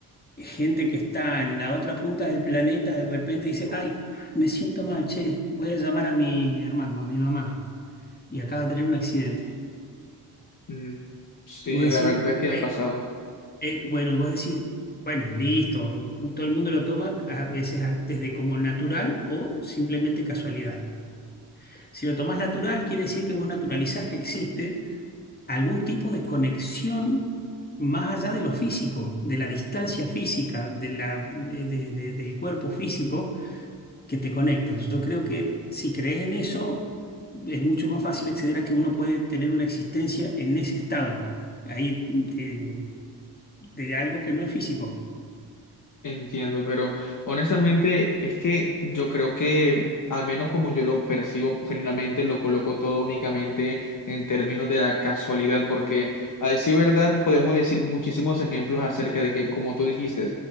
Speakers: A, on the left (about 20°); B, on the left (about 50°).
A: gente que está en la otra punta del planeta de repente dice, ay, me siento mal, che, voy a llamar a mi hermano, a mi mamá, y acaba de tener un accidente.
B: Mm, sí,
A: Y Vos decís,
B: la verdad es que
A: "Ay,
B: me ha pasado.
A: eh, bueno, y vos decís, bueno, listo, todo el mundo lo toma a veces a- desde como natural o simplemente casualidad. Si lo tomás natural, quiere decir que vos naturalizás que existe algún tipo de conexión más allá de lo físico, de la distancia física, de la, de- de- de- del cuerpo físico que te conectas. Yo creo que si crees en eso, es mucho más fácil acceder a que uno puede tener una existencia en ese estado, ahí de, de algo que no es físico.
B: Entiendo, pero honestamente es que yo creo que, al menos como yo lo percibo, generalmente lo coloco todo únicamente en términos de la casualidad, porque a decir verdad podemos decir muchísimos ejemplos acerca de que, como tú dijiste,